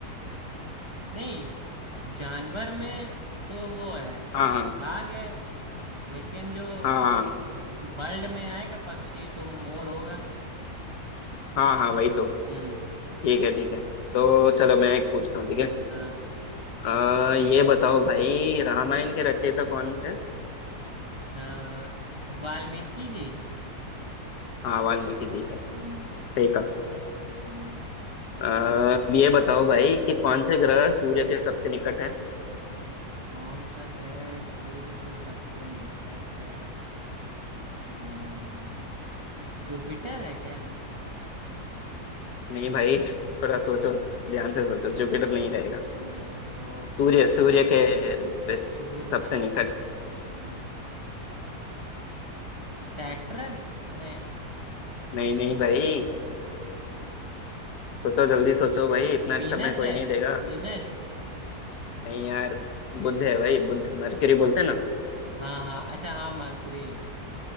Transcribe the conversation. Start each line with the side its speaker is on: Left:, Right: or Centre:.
Right: नहीं जानवर में तो वो है
Left: हाँ
Right: बाघ है लेकिन जो
Left: हाँ
Right: बर्ड में आएगा पक्षी तो मोर होगा
Left: हाँ हाँ वही तो
Right: हम्म
Left: ठीक है ठीक है तो चलो मैं एक पूछता हूँ ठीक है
Right: हाँ
Left: आ, ये बताओ भाई रामायण के रचयिता कौन थे
Right: हाँ, वाल्मीकि जी
Left: हाँ वाल्मीकि जी थे
Right: हम्म
Left: सही कहा
Right: हम्म
Left: अ, अब ये बताओ भाई कि कौन से ग्रह सूर्य के सबसे निकट है
Right: कौन सा ग्रह सूर्य से सबसे निकट है हम्म, जुपिटर है क्या
Left: नहीं भाई <laughs> थोड़ा सोचो ध्यान से सोचो जुपिटर नहीं रहेगा
Right: नहीं तो
Left: सूर्य सूर्य के उस पे
Right: सूर्य
Left: सबसे
Right: के
Left: निकट
Right: सबसे पा- हम्म, सैटर्न नहीं
Left: नहीं
Right: नहीं
Left: नहीं भाई सोचो जल्दी सोचो भाई इतना
Right: वीनस
Left: समय
Right: है
Left: कोई नहीं देगा
Right: वीनस
Left: नहीं यार बुध है भाई बुध मरकरी बोलते हैं ना
Right: हाँ हाँ अच्छा हाँ मरकरी